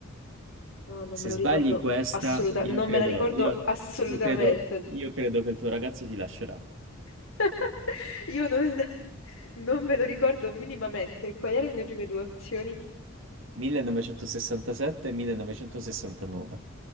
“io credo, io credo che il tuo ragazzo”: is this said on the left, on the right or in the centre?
Right